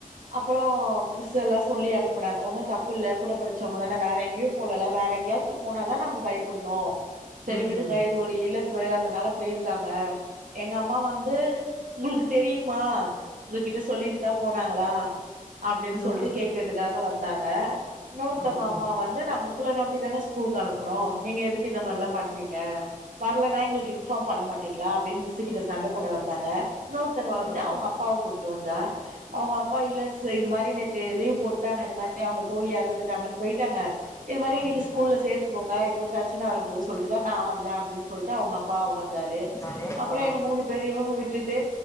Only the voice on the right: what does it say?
அப்றோ மிஸ் எல்லா சொல்லி அனுப்புனாங்க ஒன்னு தப்பு இல்ல கூட படிச்சவங்க தானே வேற எங்கேயு போலல்ல வேற எங்கேயா து போன தா நம்ம பயப்படணு செரி
விடுங்க இது ஒரு இலப் பு அதனால போயிருக்காங்க எங்க அம்மா வந்து உங்களுக்கு தெரியுமா உங்ககிட்ட சொல்லிட்டு தா போனாங்களா அப்டின்னு
சொல்லிட்டு
கேக்குறதுக்காக வந்தாங்க இன்னொருத்தவங்க
அம்மா வந்து நா உங்கள நம்பி தானே ஸ்கூலுக்கு அனுப்புணு நீங்க எதுக்கு இந்த மாரிலா
பண்ணுறீங்க வரலன்னா எங்களுக்கு இன்ஃபார்ம் பண்ண மாட்டீங்களா அப்டின்னு மிஸ்சுகிட்ட சண்ட போட வந்தாங்க இன்னொருத்தர் வந்து
அவங்க அப் அப்பாவ கூட்டு வந்தா அவங்க அப்பா இல்ல இது மாரி லீவ் போட்டுட்டாங்க இந்த மாரி அவங்க தோழி எறந்துட்டாங்கன்னு போயிட்டாங்க இது மாரி
இன்னிக்கு ஸ்கூல்ல சேத்துக்கோங்க எதுவு பிரச்சன வரப்போது சொல்லிட்டு தா நா வந்தே அப்டின்னு சொல்லிட்டு அவங்க அப்பா வந்தாரு
அப்புறோ
எங்க மூணு பேரையு விட்டுட்டு